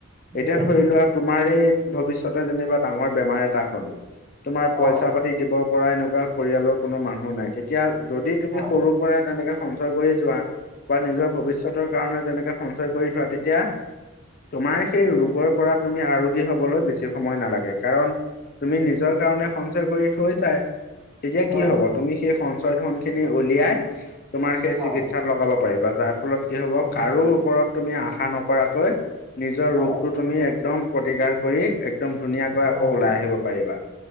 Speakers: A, on the left; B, on the right.
A: এতিয়া
B: দেই
A: ধৰি লোৱা তোমাৰ এই ভৱিষ্যতে যেনিবা ডাঙৰ বেমাৰ এটা হ'ল তোমাৰ পইচা
B: অ
A: পাতি দিব পৰা এনেকুৱা পৰিয়ালৰ কোনো মানুহ নাই, তেতিয়া যদি তুমি
B: হয়
A: সৰুৰ পৰাই তেনেকে ঞ্চয় কৰি যোৱা বা নিজৰ ভৱিষ্যতৰ কাৰণে যেনেকে সঞ্চয় কৰি থোৱা, তেতিয়া তোমাৰ সেই ৰোগৰ পৰা তুমি আৰোগী হবলৈ বেছি সময় নালাগে। কাৰণ তুমি নিজৰ কাৰণে সঞ্চয় কৰি থৈচাই। তেতিয়া
B: হয়
A: কি হ'ব,
B: হয়
A: তুমি সেই সঞ্চয় ধন খিনি উলিয়াই তোমাৰ সেই
B: হয়
A: চিকিৎসাত
B: হয়
A: লগাব পাৰিবা, যাৰ ফলত কি হ'ব
B: নিশ্চয়
A: কাৰো ওপৰত তুমি আশা নকৰাকৈ নিজৰ
B: হয়
A: ৰোগটো তুমি একদম প্ৰতিকাৰ কৰি একদম ধুনীয়াকৈ আকৌ
B: হয়
A: ওলাই আহিব পাৰিবা।